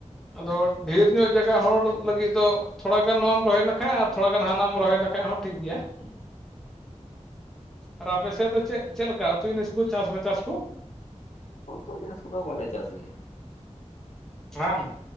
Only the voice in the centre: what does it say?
ᱟᱫᱚ ᱰᱷᱮᱨ ᱧᱚᱜ ᱡᱟᱭᱜᱟ ᱦᱚᱲ ᱞᱟᱹᱜᱤᱫ ᱫᱚ ᱛᱷᱚᱲᱟ ᱜᱟᱱ ᱱᱚᱣᱟᱢ ᱨᱚᱦᱚᱭ ᱞᱮᱠᱷᱟᱡ ᱟᱨ ᱛᱷᱚᱲᱟ ᱜᱟᱱ ᱦᱟᱱᱟᱢ ᱨᱚᱦᱚᱭ ᱞᱮᱠᱷᱟᱡ ᱦᱚᱸ ᱴᱷᱤᱠ ᱜᱮᱭᱟ᱾
ᱟᱨ ᱟᱯᱮ ᱥᱮᱫ ᱫᱚ ᱪᱮᱫ ᱪᱮᱫ ᱞᱮᱠᱟ ᱛᱤᱱᱤᱥ ᱠᱚ ᱪᱟᱥᱮ ᱪᱟᱥ ᱠᱚ?
ᱦᱟᱝ